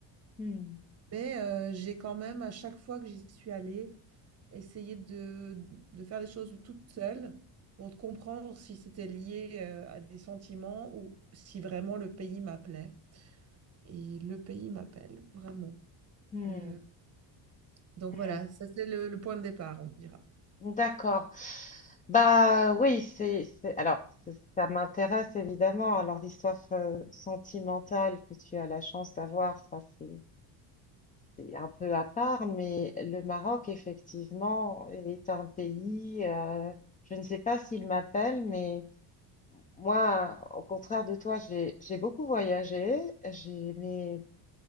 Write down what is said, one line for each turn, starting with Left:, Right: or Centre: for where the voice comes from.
Left: hmm,
Right: Mais euh, j'ai quand même, à chaque fois que j'y suis allée, essayé de, de faire des choses toute seule pour comprendre si c'était lié euh, à des sentiments ou si vraiment le pays m'appelait. Et le pays m'appelle, vraiment.
Left: hmm,
Right: Euh, Donc
Left: hmm.
Right: voilà, ça c'est le, le point de départ, on dira.
Left: D'accord. Bah oui, c'est, c'est- alors c'est- ça m'intéresse évidemment. Alors l'histoire euh, sentimentale que tu as la chance d'avoir, ça c'est c'est un peu à part, mais le Maroc effectivement est un pays. euh, je ne sais pas s'il m'appelle, mais moi, au contraire de toi, j'ai j'ai beaucoup voyagé, j'ai aimé